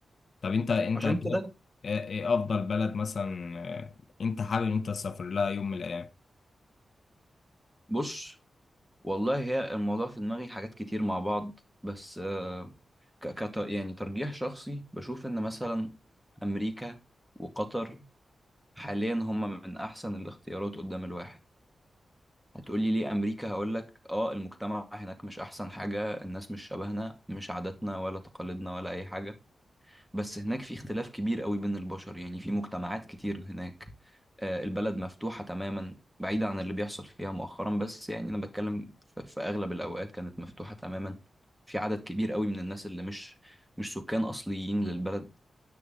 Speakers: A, on the left; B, in the centre.
A: طب انت انت
B: عشان
A: شايف
B: كده
A: ايه ايه افضل بلد مثلا آه، انت حابب ان انت تسافر لها يوم من الايام
B: بص والله هي الموضوع في دماغي حاجات كتير مع بعض بس آه، ك كت- يعني ترجيح شخصي بشوف ان مثلا امريكا وقطر حاليا هم من احسن الاختيارات قدام الواحد هتقولي ليه امريكا هقولك اه المجتمع هناك مش احسن حاجة الناس مش شبهنا مش عاداتنا ولا تقاليدنا ولا اي حاجة بس هناك في اختلاف كبير قوي بين البشر يعني في مجتمعات كتير هناك آه، البلد مفتوحة تماما بعيدة عن اللي بيحصل فيها مؤخرا بس يعني انا بتكلم في في اغلب الاوقات كانت مفتوحة تماما في عدد كبير قوي من الناس اللي مش مش سكان اصليين للبلد